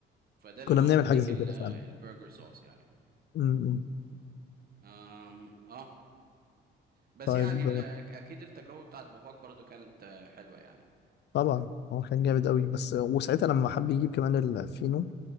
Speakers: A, on the right; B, on the left.
A: فده اللي
B: كنا
A: هو
B: بنعمل
A: بيديك
B: حاجه زي
A: ال-
B: كده
A: البرجر
B: فعلا
A: صوص يعني
B: مم.
A: آم اه بس
B: طيب
A: يعني ال- اكيد التجربة بتاعت باباك برضو كانت آه، حلوة يعني
B: طبعا هو كان
A: امم
B: جامد قوي بس وساعتها لما حب يجيب كمان الفينو